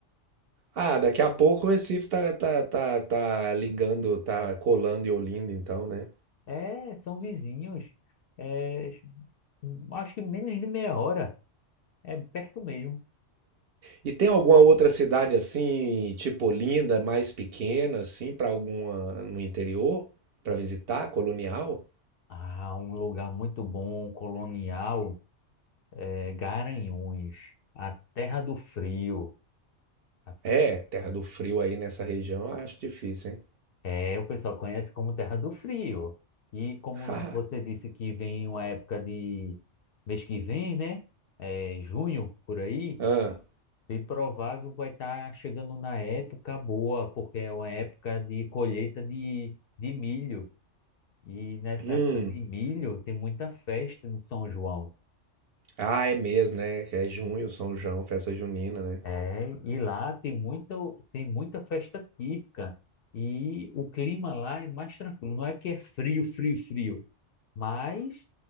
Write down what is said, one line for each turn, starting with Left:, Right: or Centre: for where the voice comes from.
Right: Ah, daqui a pouco o Recife tá, tá, tá, tá ligando, tá colando em Olinda, então, né?
Left: É, são vizinhos. É, acho que menos de meia hora. É perto mesmo.
Right: E tem alguma outra cidade assim, tipo Olinda, mais pequena, assim, para alguma no interior, para visitar, colonial?
Left: Ah, um lugar muito bom, colonial, é Garanhuns, a terra do frio. A
Right: É, Terra do Frio aí nessa região, eu acho difícil, hein?
Left: É, é, o pessoal conhece como Terra do Frio. E como
Right: <laughs>
Left: você disse que vem uma época de mês que vem, né? É, junho, por aí.
Right: Ah,
Left: Bem provável vai estar chegando na época boa, porque é uma época de colheita de, de milho. E nessa
Right: hum.
Left: época de milho tem muita festa de São João.
Right: Ah, é mesmo né? Que É junho, São João, festa junina, né?
Left: É, e lá tem muito, tem muita festa típica. E o clima lá é mais tranquilo. Não é que é frio, frio, frio, mas